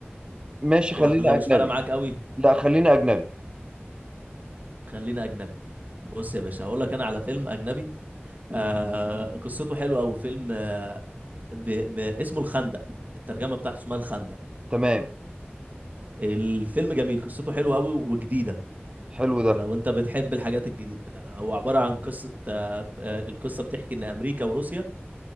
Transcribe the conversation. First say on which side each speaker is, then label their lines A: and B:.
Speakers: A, on the right (about 25°); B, on the right (about 40°).
A: ماشي خلينا
B: ولا
A: اجنبي
B: مش فارقه معاك قوي
A: لا خلينا اجنبي
B: خلينا اجنبي بص يا باشا هقول لك انا على فيلم اجنبي آه قصته حلوه قوي فيلم آه ب... ب... اسمه الخندق الترجمه بتاعته اسمها الخندق
A: تمام
B: الفيلم جميل قصته حلوه قوي وجديده
A: حلو ده
B: لو انت بتحب الحاجات الجديده هو عباره عن قصه آه آه، القصه بتحكي ان امريكا وروسيا